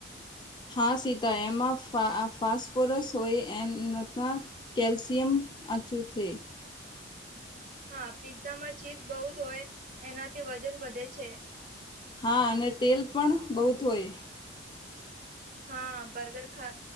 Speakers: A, on the left (about 25°); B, on the right (about 40°).
A: હા સીતા એમાં ફસ્ફોરસ હોય એ. કેલ્શિયમ અચું થ.
B: હા પીઝ્ઝામાં ચીઝ બહુ જ હોય એનાથી વજન વધે છે.
A: હા અને તેલ પણ બહુત હોય.
B: હા બર્ગર ખા